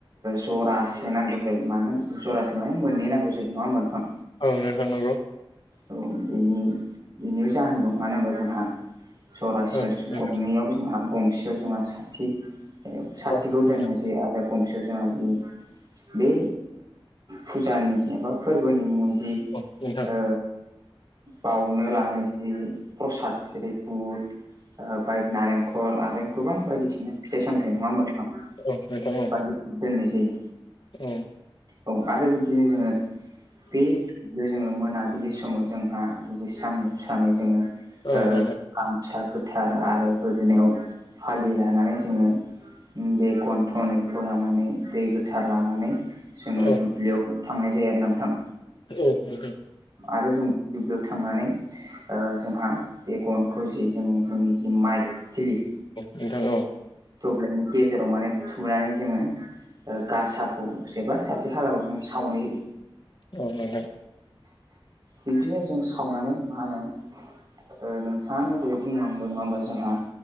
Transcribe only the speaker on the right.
जरासे नांगौ ओ मानो जरासे माने मोननै नांगौ जायो नङा होमबा नोंथां
औ बेनि बेनिबो जाहोन दं मानो होनबा जोंहा जरासेयाव
गंनैयाव जोंहा गंसेयाव जोंहा साथि साथिखौ
दोननाय जि आरो गंसे जोंहा जि बे फुजानि एबा फोरबोनि मुङाव जि
ओ बावनो लानोसै प्रसाद जेरै बुद बाय नारेंखल आरो गोबां बायदिसिना फिथाइ सामथाय नङा होमबा नोंथां
बादि दोननाय जायो
औ आरो बिदिनो जोङो बे बे जोङो मोनाबिलि समाव जोंहा दुगैस्रां लोबस्राङै जोङो
ओ
गामसा गोथार आरो गोदोनायाव फालि लानानै जोङो बे गन्थनैखौ लानानै दै गोथार लानानै जोङो
दुब बियाव थांनाय जायो आरो नोंथां।
आरो जों दुब्लियाव थांनानै ओ जोंहा बे गनखौ ज जोङो जोंनि जि माइ थिलि
दब्लायनि गेजेराव माने थुनानै जोङो ओ गासाखौ जबा साथि खालाखौ जों सावनाय
बिब्दिनो जों सावनानै मा होनो? ओ नोंथाङा बयै बुंलांबो नङा होमबा जोंहा